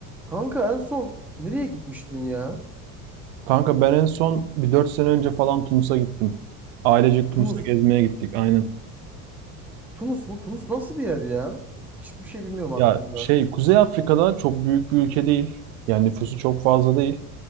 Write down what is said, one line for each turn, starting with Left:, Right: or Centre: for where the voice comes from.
Centre: Kanka en son nereye gitmiştin ya?
Right: Kanka ben en son bir 4 sene önce falan Tunus'a gittim. Ailecek
Centre: Tunus.
Right: Tunus'a gezmeye gittik aynen.
Centre: Tunus mu? Tunus nasıl bir yer ya? Hiçbir şey bilmiyorum hakkında.
Right: Ya şey Kuzey Afrika'da çok büyük bir ülke değil. Yani nüfusu çok fazla değil.